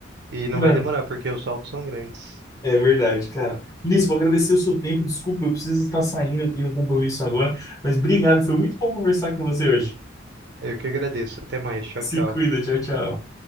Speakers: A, on the right (about 60°); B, on the left (about 20°).
A: E não
B: Não,
A: vai demorar porque os saltos são grandes.
B: é verdade, cara. Vinícius, vou agradecer o seu tempo. Desculpa, eu preciso estar saindo, eu tenho um compromisso agora. Mas obrigado, foi muito bom conversar com você hoje.
A: Eu que agradeço. Até mais. Tchau, tchau.
B: Se cuida, tchau, tchau.